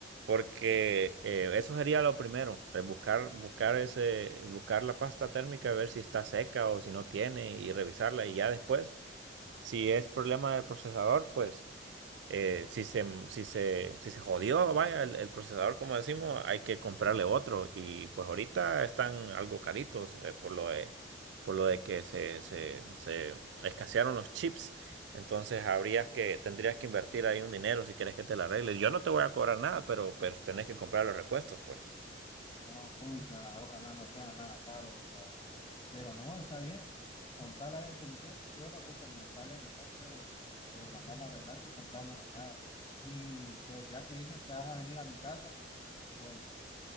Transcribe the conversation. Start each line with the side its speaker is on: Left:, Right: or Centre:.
Right: porque eh, eso sería lo primero, eh, buscar, buscar ese, buscar la pasta térmica, ver si está seca o si no tiene y revisarla y ya después, si es problema del procesador, pues eh, si se, si se, si se jodió, vaya, el, el procesador, como decimos, hay que comprarle otro. Y pues ahorita están algo caritos, eh, por lo de, por lo de que se, se, se escasearon los chips. Entonces habrías que, tendrías que invertir ahí un dinero si quieres que te la arregle. Yo no te voy a cobrar nada, pero, pero tenés que comprar los repuestos, pues.
Left: No, pucha, ojalá no sea nada caro, ¿verdad? Pero no, está bien. Con tal haya solución, porque yo lo ocupo, me sale mejor, creo, pues mandarla a arreglar que comprarme una nueva. Y pues ya que dices que vas a venir a mi casa, pues